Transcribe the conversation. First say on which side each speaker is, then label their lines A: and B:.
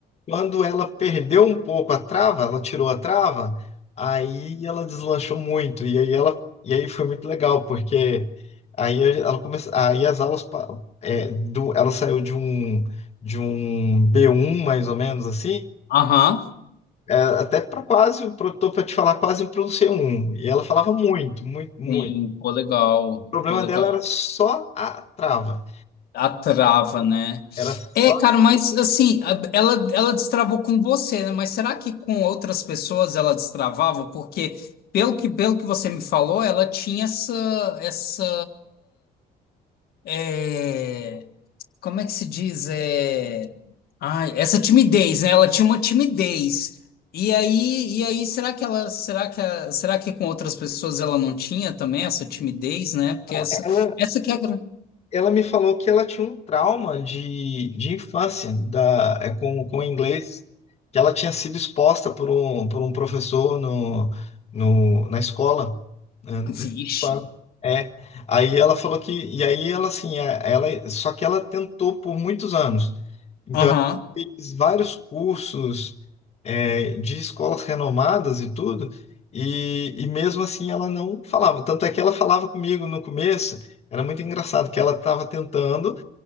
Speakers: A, on the left; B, on the left.
A: quando ela perdeu um pouco a trava, ela tirou a trava, aí ela deslanchou muito. E aí ela, e aí foi muito legal, porque aí ela começou, aí as aulas pa- é, do, ela saiu de um de um B1 mais ou menos assim,
B: Aham.
A: é, até para quase, pro- tô para te falar, quase para um C1. E ela falava muito, muito, muito.
B: Sim, pô, legal.
A: O problema
B: Pô, legal.
A: dela era só a trava.
B: A trava, né?
A: Era só
B: É, cara, mas assim, a- ela, ela destravou com você, né? Mas será que com outras pessoas ela destravava? Porque, pelo que, pelo que você me falou, ela tinha essa, essa, é como é que se diz? É... Ai, essa timidez, né? Ela tinha uma timidez. E aí, e aí, será que ela, será que, a- será que com outras pessoas ela não tinha também essa timidez, né? Porque essa,
A: ela
B: essa que é a grande.
A: ela me falou que ela tinha um trauma de, de infância da, é, com, com inglês, que ela tinha sido exposta por um, por um professor no, no, na escola. né, no
B: Vixe.
A: ano. É, aí ela falou que, e aí ela assim, é, ela, só que ela tentou por muitos anos. Então,
B: Aham,
A: ela fez vários cursos, é, de escolas renomadas e tudo, e, e mesmo assim ela não falava. Tanto é que ela falava comigo no começo. Era muito engraçado que ela estava tentando,